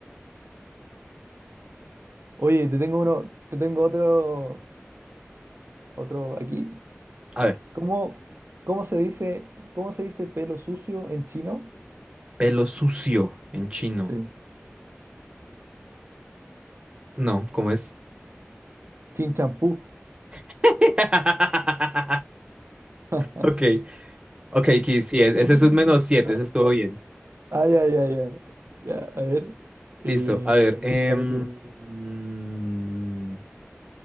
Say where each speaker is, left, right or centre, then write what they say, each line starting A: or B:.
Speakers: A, on the right; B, on the right.
A: Oye, te tengo uno, te tengo otro, otro aquí.
B: A ver.
A: ¿Cómo, cómo se dice, cómo se dice pelo sucio en chino?
B: Pelo sucio en chino.
A: Sí.
B: No, ¿cómo es?
A: Chin champú.
B: <laughs>
A: <laughs>
B: Ok. Ok, Kiss, sí, es-
A: <laughs>
B: ese es un menos 7, ese estuvo bien.
A: Ah, ay, ay, ay, ay. Ya, a ver.
B: Listo,
A: eh,
B: a ver. em,
A: dale
B: mm,
A: tú.